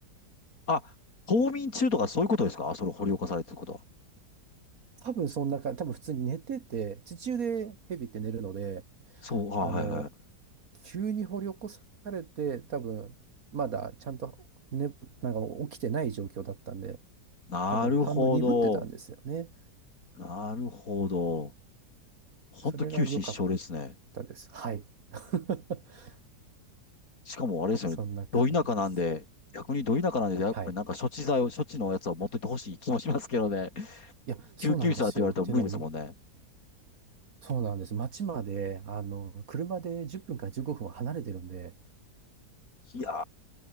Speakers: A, on the left; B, on the right.
A: あ、冬眠中とかそういうことですかそれ掘り起こされてることは。
B: 多分そんなか、多分普通に寝てて、地中でヘビって寝るので、
A: そう、あ、
B: あの、
A: はいはい。
B: 急に掘り起こされて、多分まだちゃんと、ね、なんか起きてない状況だったんで、
A: なるほど。
B: 多分反応鈍ってたんですよね。
A: なるほど。ほんと九死一生ですね。
B: それが良かったです。はい。<laughs>
A: しかもあれですよね。
B: そんな感じです。
A: ど田舎なんで、逆にど田舎なんで、やっぱりなんか処置剤を、
B: はい。
A: 処置のやつを持ってってほしい気もしますけどね。
B: いや、そうなんですよ。
A: 救急車って言われたら無理ですもんね。
B: っていうのも、そうなんです。町まで、あの、車で10分から15分は離れてるんで、
A: いや